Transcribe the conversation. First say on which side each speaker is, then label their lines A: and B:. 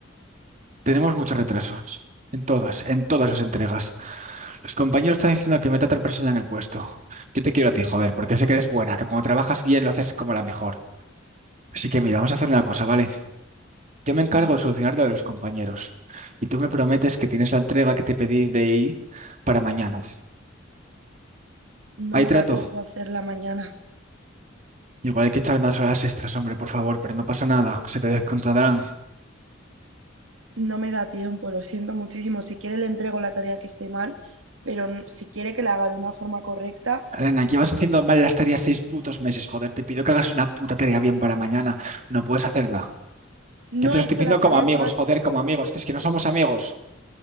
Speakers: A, on the right; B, on the right.
A: Tenemos muchos retrasos. En todas, en todas las entregas. Los compañeros están diciendo que meta a otra persona en el puesto. Yo te quiero a ti, joder, porque sé que eres buena, que cuando trabajas bien lo haces como la mejor. Así que mira, vamos a hacer una cosa, ¿vale? Yo me encargo
B: ni-
A: de solucionar lo de los compañeros. Y tú me prometes que tienes la entrega que te pedí de ahí para mañana.
B: no
A: Ahí
B: me
A: trato.
B: da tiempo a hacerla mañana.
A: Igual hay que echar unas horas extras, hombre, por favor, pero no pasa nada. Se te descontarán.
B: No me da tiempo, lo siento muchísimo. Si quiere le entrego la tarea que esté mal, pero n- si quiere que la haga de una forma correcta,
A: Elena, llevas haciendo mal las tareas seis putos meses, joder. Te pido que hagas una puta tarea bien para mañana. No puedes hacerla.
B: no
A: Yo te lo
B: he
A: estoy
B: hecho
A: pidiendo
B: las
A: como
B: tareas
A: amigos,
B: mal,
A: joder, como amigos, que es que no somos amigos.